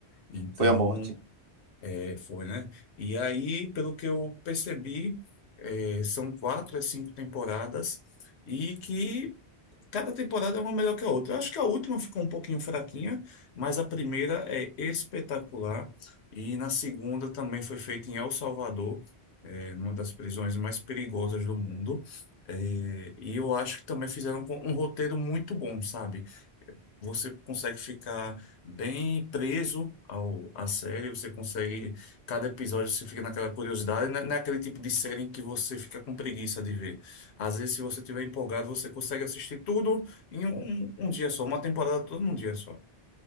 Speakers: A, on the left (about 75°); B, on the right (about 60°).
A: Então,
B: Foi a morte.
A: eh, foi, né? E aí, pelo que eu percebi, eh, são quatro a cinco temporadas. E que Cada temporada é uma melhor que a outra. Eu acho que a última ficou um pouquinho fraquinha, mas a primeira é espetacular. E na segunda também foi feita em El Salvador, é, numa das prisões mais perigosas do mundo. É, e eu acho que também fizeram com- um roteiro muito bom, sabe? Você consegue ficar bem preso ao, à série, você consegue, cada episódio você fica naquela curiosidade, não é não é aquele tipo de série em que você fica com preguiça de ver. Às vezes, se você estiver empolgado, você consegue assistir tudo em um, um dia só, uma temporada toda num dia só.